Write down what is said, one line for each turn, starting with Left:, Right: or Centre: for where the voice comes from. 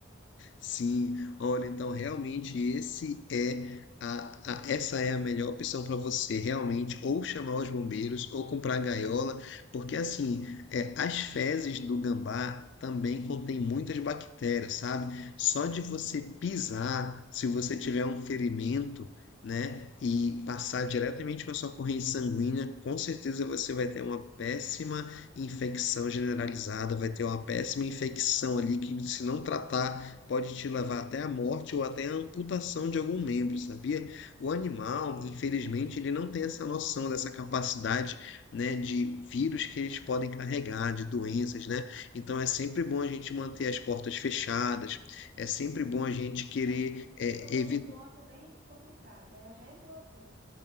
Left: Sim, olha, então realmente esse é a, a- essa é a melhor opção para você, realmente, ou chamar os bombeiros, ou comprar gaiola, porque assim, é, as fezes do gambá também contém muitas bactérias, sabe? Só de você pisar, se você tiver um ferimento, né, e passar diretamente para sua corrente sanguínea, com certeza você vai ter uma péssima infecção generalizada, vai ter uma péssima infecção ali que se não tratar pode te levar até a morte ou até a amputação de algum membro, sabia? O animal, infelizmente, ele não tem essa noção dessa capacidade, né, de vírus que eles podem carregar, de doenças, né? Então é sempre bom a gente manter as portas fechadas, é sempre bom a gente querer
Right: É,
Left: é,
Right: Você tocou
Left: evitar
Right: num ponto bem complicado. Ela já entrou aqui,